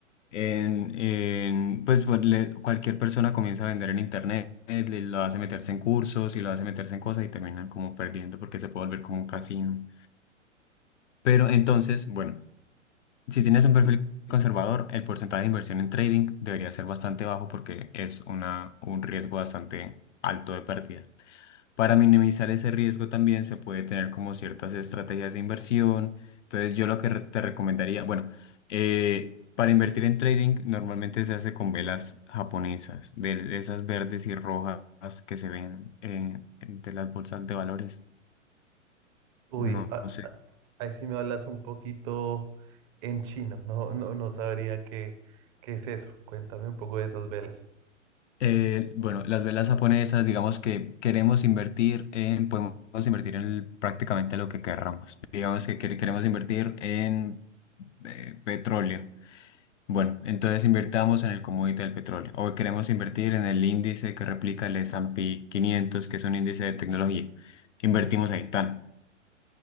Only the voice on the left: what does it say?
en, en pues pues, le- cualquier persona comienza a vender en internet, le- lo hace meterse en cursos y lo hace meterse en cosas y terminan como perdiendo porque se puede volver como un casino. Pero entonces, bueno. Si tienes un perfil conservador, el porcentaje de inversión en trading debería ser bastante bajo porque es una, un riesgo bastante alto de pérdida. Para minimizar ese riesgo también se puede tener como ciertas estrategias de inversión. Entonces yo lo que re- te recomendaría, bueno, eh, para invertir en trading normalmente se hace con velas japonesas, de de esas verdes y rojas que se ven eh, de las bolsas de valores.
No,
sé
Eh, bueno, las velas japonesas, digamos que queremos invertir en, podemos invertir en el- prácticamente lo que querramos. Digamos que quer- queremos invertir en eh, petróleo. Bueno, entonces invertamos en el commodity del petróleo. O queremos invertir en el índice que replica el S&P 500, que es un índice de tecnología. Invertimos ahí, tan.